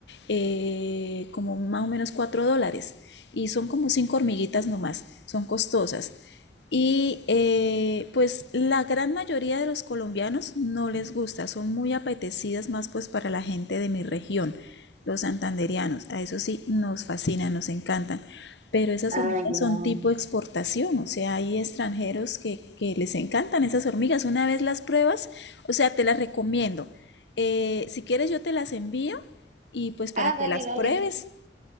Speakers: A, on the left; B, on the right.
A: eh, como más o menos 4 dólares. Y son como cinco hormiguitas nomás. Son costosas. Y eh, pues la gran mayoría de los colombianos no les gusta, son muy apetecidas más pues para la gente de mi región, los santandereanos A eso sí, nos fascinan, nos encantan. Pero esas
B: Ah,
A: hormigas
B: ya.
A: son tipo exportación, o sea, hay extranjeros que, que les encantan esas hormigas. Una vez las pruebas, o sea, te las recomiendo. Eh, si quieres yo te las envío y pues para
B: Ah,
A: que
B: dale,
A: las
B: dale.
A: pruebes.